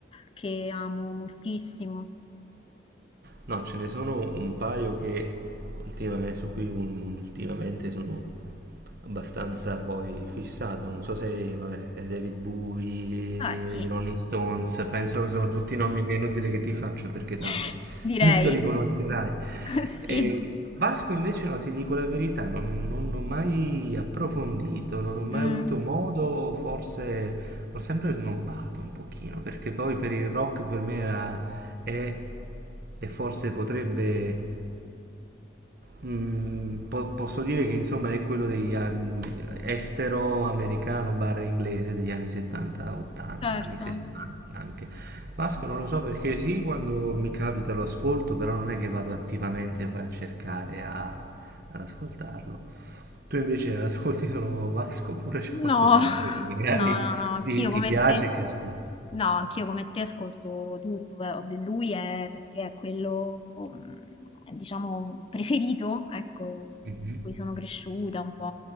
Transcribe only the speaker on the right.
No, ce ne sono un paio che ultimamente, su cui un- ultimamente sono abbastanza poi fissato. Non so se, vabbè, David Bowie,
Rolling Stones, penso che sono tutti nomi che è inutile che ti faccio perché tanto
penso li conoscerai.
E Vasco invece no, ti dico la verità, non, non ho mai approfondito, non ho mai
avuto modo, forse l'ho sempre snobbato un pochino, perché poi per il rock per me era, è e forse potrebbe Mm, po- posso dire che insomma è quello degli anni estero americano barra inglese degli anni 70, 80,
anni 60 anche. Vasco non lo so perché sì, quando mi capita lo ascolto, però non è che vado attivamente poi a cercare a- ad ascoltarlo. Tu invece ascolti solo Vasco oppure c'è qualcos'altro
che magari
ti, ti
piace
e che ascolti?
Mhm.